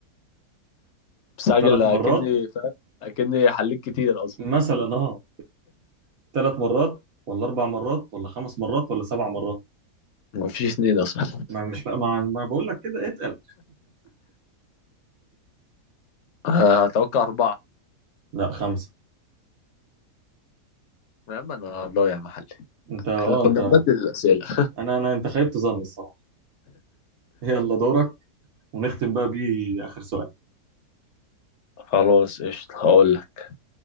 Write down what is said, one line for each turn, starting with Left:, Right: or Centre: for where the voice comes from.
Left: مستعجل
Right: ثلاث
Left: اكني
Right: مرات
Left: فاهم اكني حليت كتير اصلا
Right: مثلا اه ثلاث مرات ولا اربع مرات ولا خمس مرات ولا سبع مرات
Left: مفيش اتنين اصلا
Right: ما مش بقى ما, ما بقول لك كده اتقل
Left: آه، اتوقع اربعه
Right: لا خمسة
Left: يا عم انا ضايع يا محلي
Right: انت اه
Left: احنا كنا
Right: انت
Left: بنبدل الاسئله
Right: انا انا انت خيبت ظني الصراحة <laughs> يلا دورك ونختم بقى بيه اخر سؤال
Left: خلاص قشطة هقول لك